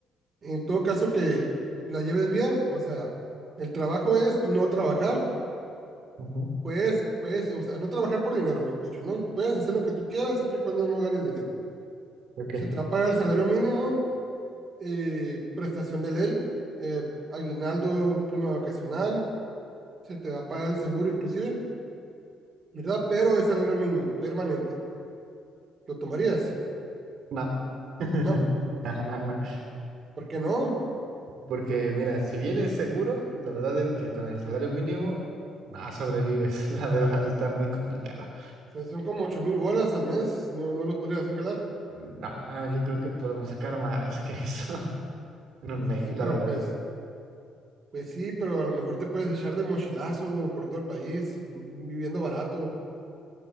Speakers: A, on the right; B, on the right.
A: en todo caso que la lleves bien, o sea, el trabajo es no trabajar,
B: Ujú,
A: puedes, puedes, o sea, no trabajar por dinero, mejor dicho, ¿no? Puedes hacer lo que tú quieras siempre y cuando no ganes dinero.
B: Ok,
A: Se te va a pagar el salario mínimo, eh, prestación de ley, eh, aguinaldo, prima vacacional, se te va a pagar el seguro inclusive, ¿verdad? Pero es salario mínimo, permanente. ¿Lo tomarías?
B: no. <laughs>
A: No,
B: No, no, no.
A: ¿por qué no?
B: Porque mira, si bien es seguro, la verdad es que con el salario mínimo no sobrevives, <laughs> la verdad está muy complicado.
A: Son, son como ocho mil bolas al mes, no, no los podrías hacer jalar.
B: No, yo creo que podemos sacar más que eso <laughs> en un
A: Sí,
B: mes,
A: pero
B: la verdad.
A: pues, pues sí, pero a lo mejor te puedes echar de mochilazo por todo el país, mm, viviendo barato,